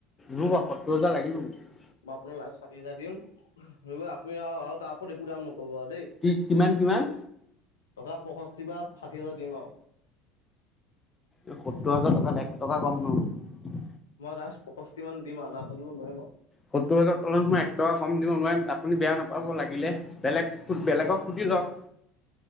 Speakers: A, on the left; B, on the left.
A: নু ব' সত্তৰ হাজাৰ লাগিব মোক।
B: মই আপোনাৰ, লাষ্ট ষাঠি হেজাৰ দিম, হৈ গ'ল আপুনি আৰু-আৰু, তাৰ ওপৰত একো দাম নকব' আৰু দেই।
A: কি কিমান কিমান?
B: টকা পয়ষ্ঠি বা ষাঠি হাজাৰ দিম, আৰু।
A: এই সত্তৰ হাজাৰ টকাত এক টকা কম নহব।
B: মই লা পয়ষষ্ঠি মান দিম আৰু, তা ওপৰত মই নোৱাৰিম আৰু।
A: সত্তৰ হাজাৰ তলত মই এক টকা কম দিব নোৱাৰিম, আপুনি বেয়া নাপাব লাগিলে, বেলেগ বেলেগক সুধি লওক।